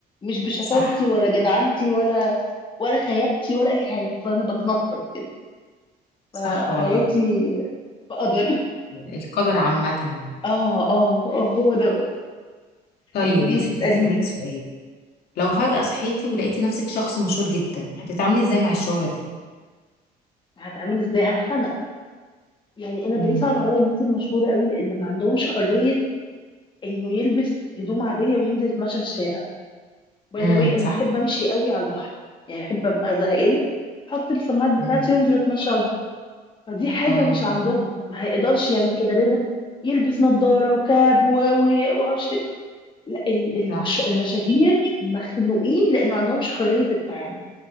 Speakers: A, on the left (about 30°); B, on the left (about 65°).
A: مش بشطارتي
B: صح
A: ولا جدعنتي ولا ولا خيابتي ولا اي حاجه فانا بتنطط كده فحياتي
B: صح والله
A: بقدر
B: القدر عامة
A: اه اه اه هو دوت
B: طيب
A: طب قولي
B: يا ستي
A: لي اسالي
B: هسألك سؤال لو فجأة صحيتي ولقيتي نفسك شخص مشهور جدا هتتعاملي ازاي مع الشهرة دي
A: هتعمل ازاي هتخنق يعني انا بيصعب
B: امم
A: عليا الناس المشهوره قوي لان ما عندهمش حريه انه يلبس هدوم عاديه وينزل يتمشى في الشارع باي
B: امم
A: ذا واي انا
B: صح
A: بحب امشي قوي على البحر يعني بحب ابقى زهقانه احط السماعات بتاعتي
B: امم
A: وانزل اتمشى على البحر فدي حاجه
B: اه
A: مش عندهم ما هيقدرش يعمل كده لازم يلبس نظاره وكاب و- و- وعش لا ال- المش...
B: صح
A: المشاهير مخنوقين لان ما عندهمش حريه التعامل